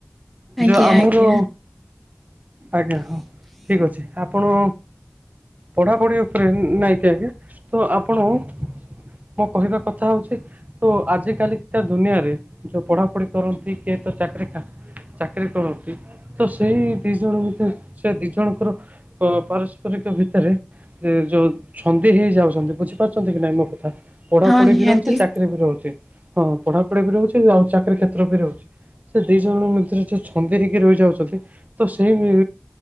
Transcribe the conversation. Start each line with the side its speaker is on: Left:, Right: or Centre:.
Centre: ଆଜ୍ଞା
Right: ଯୋଉ ଆମର
Centre: ଆଜ୍ଞା
Right: ଆଜ୍ଞା ହଁ ଠିକ ଅଛି ଆପଣ। ପଢାପଢି ଉପରେ ନାଇଁ କି ଆଜ୍ଞା ତ ଆପଣ? ମୋ କହିବା କଥା ହଉଛି। ତ ଆଜି କାଲିକା ଦୁନିଆରେ ଯୋଉ ପଢାପଢି କରନ୍ତି କିଏ ତ ଚାକିର ଚାକିରୀ କରନ୍ତି ତ ସେଇ ଦି ଜଣ ଭିତରେ ସେ ଦି ଜଣଙ୍କର ପାରସ୍ପରିକ ଭିତରେ ଯୋଉ ଛନ୍ଦି ହେଇଯାଉଛନ୍ତି ବୁଝିପାରୁଛନ୍ତି କି ନାଇଁ ମୋ କ ପଢାପଢି
Centre: ହଁ ନିହାତି
Right: ବି ରହୁଛି ଚାକିର ବି ରହୁଛି ହଁ ପଢାପଢି ବି ରହୁଛି। ଚାକିରି କ୍ଷେତ୍ରରେ ବି ରହୁଛି। ସେ ଦିଇ ଜଣଙ୍କ ଭିତରେ ଯୋଉ ଛନ୍ଦି ହେଇକି ରହିଯାଉଛନ୍ତି ତ ସେଇ